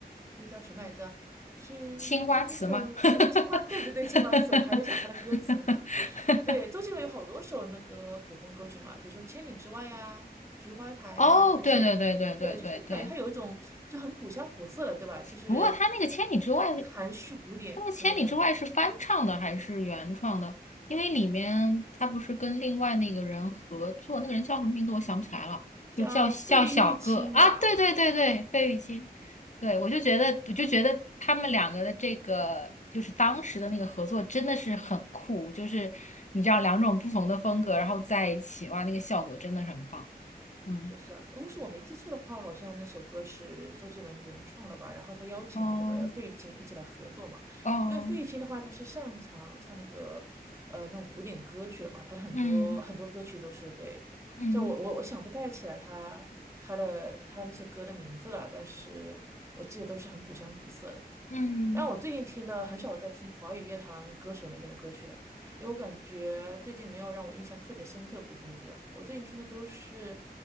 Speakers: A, on the right; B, on the left.
A: 那个叫什么来着？天天青色天青花，
B: 青花瓷吗？<laughs>
A: 对对对，青花瓷，我还在想它的歌词呢。<laughs> 对，周杰伦有好多首那个古风歌曲嘛，比如说《千里之外》呀、《菊花台》呀这些，
B: 哦，对对对对对对对，
A: 对，就是你感觉它有一种就很古香古色的，对吧？就是
B: 不过他那个《千里之外》，
A: 对对，含蓄古典那种感觉，
B: 他那个《千里之外》是翻唱的还是原创的？因为里面他不是跟另外那个人合作，那个人叫什么名字我想不起来了，就叫叫小个啊，
A: 叫费玉清吧，
B: 对对对对，费玉清，对我就觉得我就觉得他们两个的这个就是当时的那个合作真的是很酷，
A: 哎
B: 就是你知道两种不同的风格然后在一起，哇，那个效果真的是很棒，嗯，
A: 是是啊？如果是我没记错的话，好像那首歌是周杰伦原创的吧？然后他邀请了那个费玉清一起来合作嘛，
B: 哦哦，
A: 因为费玉清的话，他是擅长唱那个呃那种古典歌曲的嘛，他的很多很多歌曲都是对，
B: 嗯嗯
A: 就我我我想不太起来他他的他那些歌的名字了，但是我记得都是很古香古色的。
B: 嗯。
A: 但我最近听的很少在听华语乐坛歌手那边的歌曲了，因为我感觉最近没有让我印象特别深刻的古风歌。我最近听的都是，